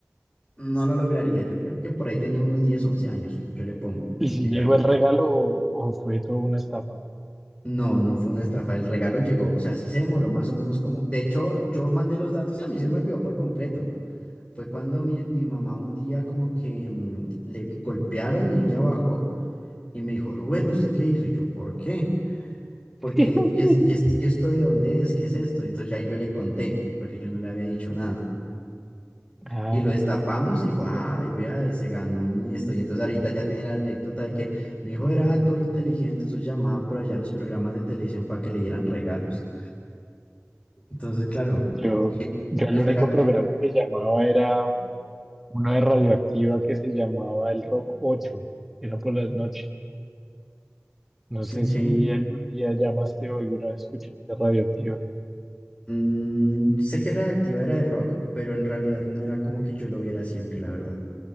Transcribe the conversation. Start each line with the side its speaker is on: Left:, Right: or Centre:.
Left: no lo lograría. Yo creo que por ahí tenía unos 10 11 años, yo le pongo,
Centre: ¿Y si
Left: que
Centre: llegó
Left: ya
Centre: el regalo o, o fue toda una estafa?
Left: No, no fue una estafa, el regalo llegó, o sea, sí se demoró más o menos como, de hecho, yo mandé los datos y a mí se me olvidó por completo. Fue cuando mi, mi mamá un día como que mm, le golpearon y ella bajó y me dijo, Rubén, ¿usted qué hizo? Y yo, ¿por qué? Porque,
Centre: <laughs>
Left: ¿y, es, y, es- y esto de dónde es? ¿Qué es esto? Entonces ya yo le conté, porque yo no le había dicho nada.
Centre: Ah,
Left: Y lo destapamos y
Centre: este,
Left: dijo, ay, vea, se ganó mi esto. Y entonces ahorita ya tiene la anécdota de que mi hijo era todo inteligente, eso llamaba por allá a los programas de televisión para que le dieran regalos. Entonces, claro,
Centre: yo,
Left: Y el,
Centre: yo el
Left: el
Centre: único
Left: regalo
Centre: programa
Left: llegó.
Centre: que llamaba era uno de Radioactiva que se llamaba El Rock ocho era por las noches. No sé
Left: ok.
Centre: si algún día llamaste o alguna vez escuchaste Radioactiva.
Left: Mm, sé que Radioactiva era de rock, pero en realidad no era como que yo lo viera siempre, la verdad.